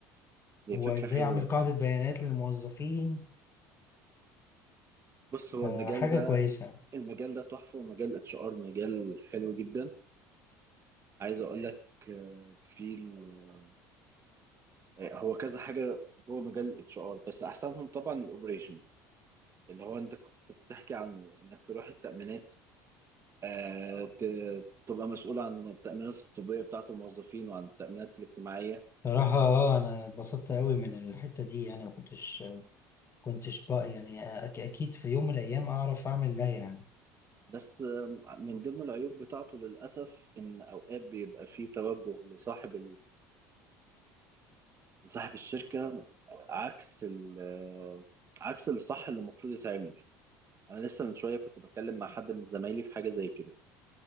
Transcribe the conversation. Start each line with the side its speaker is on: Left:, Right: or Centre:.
Right: هي
Left: وإزاي
Right: فكرة حلوة
Left: أعمل قاعدة بيانات للموظفين
Right: بص هو
Left: فحاجة
Right: المجال ده
Left: كويسة
Right: المجال ده تحفة ومجال اتش ار مجال حلو جدا عايز اقول لك آه، في ال- آه، هو كذا حاجة جوه مجال اتش ار بس احسنهم طبعا الاوبريشن اللي هو انت كنت بتحكي عنه انك تروح التأمينات آه، ت- تبقى مسؤول عن التأمينات الطبية بتاعة الموظفين وعن التأمينات الاجتماعية
Left: صراحة آه، أنا اتبسطت أوي من الحتة دي يعني ما كنتش كنتش بقى يعني أك- أكيد في يوم من الأيام أعرف أعمل ده يعني
Right: بس آه، من ضمن العيوب بتاعته للأسف إن أوقات بيبقى فيه توجه لصاحب صاحب الشركة عكس ال عكس الصح اللي المفروض يتعمل أنا لسه من شوية كنت بتكلم مع حد من زمايلي في حاجة زي كده